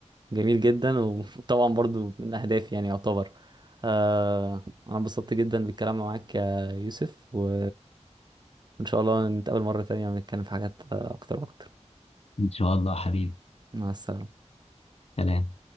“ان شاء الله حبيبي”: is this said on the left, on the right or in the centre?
Left